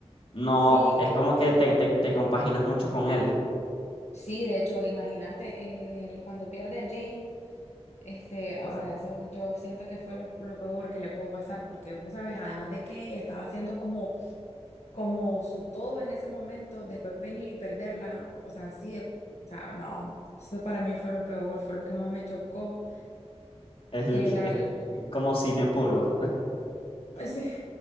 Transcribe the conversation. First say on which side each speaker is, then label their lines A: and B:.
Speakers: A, on the left; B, on the left.
A: no,
B: Sí,
A: es como que te, te te compaginas mucho con él.
B: Sí, de hecho, imagínate, el- cuando pierde a Jane, este,
A: Wow.
B: o sea, eso yo siento que fue lo, lo peor que le pudo pasar, porque vos sabes, además de que ella estaba haciendo como, como su todo en ese momento, después venir y perderla, o sea, sí, de- o sea, no, eso para mí fue lo peor, fue lo que más me chocó,
A: Es,
B: que la,
A: es
B: el-
A: como cine puro.
B: <laughs> sí,